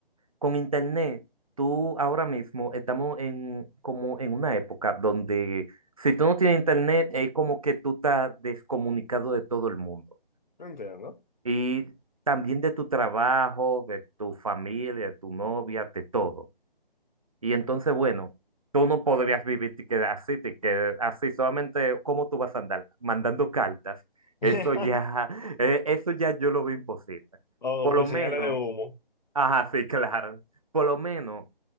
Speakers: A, on the right; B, on the left.
A: con internet, tú ahora mismo estamos en, como en una época donde si tú no tienes internet, es como que tú estás descomunicado de todo el mundo
B: No Entiendo.
A: y también de tu trabajo, de tu familia, de tu novia, de todo. Y entonces, bueno, tú no podrías vivir te quedas así, te quedas así, solamente cómo tú vas a andar mandando cartas. Eso
B: <laughs>
A: ya, <laughs> eh, eso ya yo lo veo imposible.
B: O
A: Por
B: por
A: lo menos,
B: señales de humo.
A: ajá, sí, <laughs> claro. Por lo menos